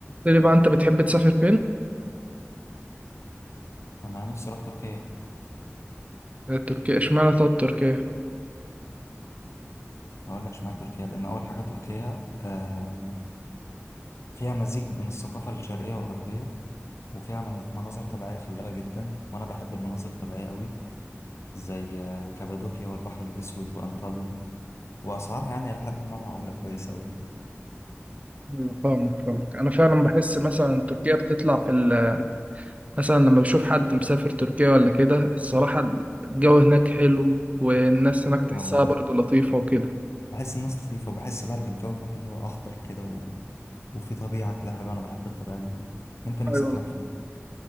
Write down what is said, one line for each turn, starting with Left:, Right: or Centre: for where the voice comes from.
Right: لي بقى انت بتحب تسافر فين؟
Left: انا نفسي اروح تركيا
Right: آه، تركيا اشمعنى طب تركيا؟
Left: هقول لك اشمعنى تركيا لان اول حاجه تركيا آه فيها مزيج بين الثقافه الشرقيه والغربيه وفيها من- مناظر طبيعيه خلابه جدا وانا بحب المناظر الطبيعيه قوي زي آه، كابادوكيا والبحر الاسود وانطاليا واسعارها يعني الى حد ما معقوله كويسه قوي
Right: ايوه فاهمك فاهمك انا فعلا بحس مثلا تركيا بتطلع في ال مثلا لما بشوف حد مسافر تركيا ولا كده الصراحة الجو هناك حلو والناس هناك
Left: ايوه
Right: تحسها برضه لطيفة وكده
Left: بحس الناس لطيفه وبحس بقى ان الجو هناك اللي هو اخضر كده و... وفي طبيعه كده حلوه انا بحب الطبيعه جدا انت نفسك
Right: ايوه
Left: تروح فين